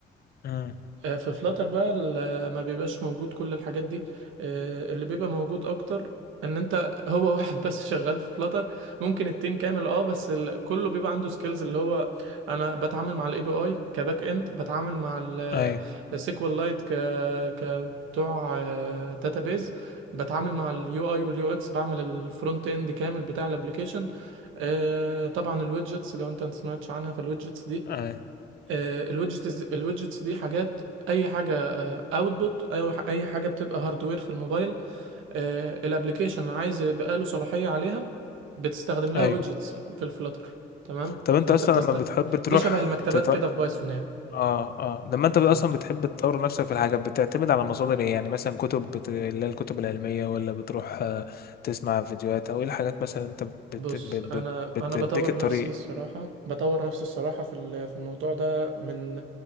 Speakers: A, on the left; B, on the right.
A: امم
B: آه، في فلاتر بقى ال- آه، ما بيبقاش موجود كل الحاجات دي آه، اللي بيبقى موجود اكتر ان انت <laughs> هو واحد بس شغال في فلاتر ممكن التيم كامل اه بس ال... كله بيبقى عنده سكيلز اللي هو انا بتعامل مع الاي بي اي كباك اند بتعامل مع
A: ايوه
B: السيكوال لايت ك ك بتوع داتابيز بتعامل مع اليو اي واليو اكس بعمل الفرونت اند كامل بتاع الابليكيشن آه، طبعا الويدجتس لو انت ما سمعتش عنها فالويدجتس
A: ايوه
B: آه، الويدجتس الويدجتس دي حاجات اي حاجه اوتبوت اي اي حاجه بتبقى هاردوير في الموبايل الابلكيشن عايز يبقى له صلاحيه عليها بتستخدم لها
A: ايوه
B: ويدجتس في الفلاتر تمام
A: طب انت
B: فانت
A: اصلا
B: بتست
A: لما بتحب تروح
B: دي شبه المكتبات
A: تط...
B: كده في بايثون يعني
A: اه اه لما انت
B: بالظبط
A: اصلا بتحب تطور نفسك في الحاجة بتعتمد على مصادر ايه يعني مثلا كتب بت... اللي هي الكتب العلمية ولا بتروح آه، تسمع فيديوهات او ايه الحاجات مثلا انت بت...
B: بص
A: بت...
B: انا
A: بت...
B: انا بطور
A: بتديك الطريق
B: نفسي الصراحه بطور نفسي الصراحه في ال- في الموضوع ده من